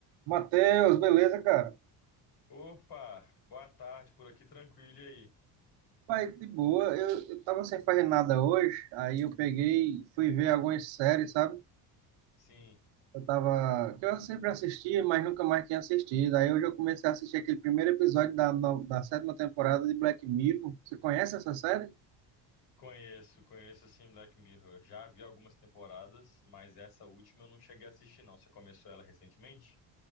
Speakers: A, on the right; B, on the left.
A: Matheus, beleza, cara?
B: Opa, boa tarde, por aqui tranquilo, e aí?
A: Pai, de boa. Eu, eu tava sem fazer nada hoje, aí eu peguei, fui ver algumas séries, sabe?
B: Sim,
A: Eu tava, que eu sempre assistia, mas nunca mais tinha assistido. Aí hoje eu comecei a assistir aquele primeiro episódio da, no- da sétima temporada de Black Mirror. Você conhece essa série?
B: conheço, conheço sim Black Mirror. Já vi algumas temporadas, mas essa última eu não cheguei a assistir não. Você começou ela recentemente?